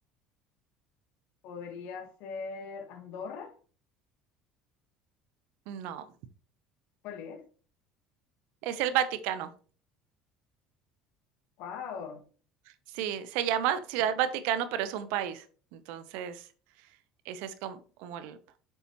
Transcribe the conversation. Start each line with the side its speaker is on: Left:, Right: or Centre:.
Left: podría ser Andorra.
Right: No,
Left: ¿Cuál es?
Right: es el Vaticano.
Left: Wow.
Right: Sí, se llama Ciudad del Vaticano, pero es un país. Entonces, ese es com- como, el,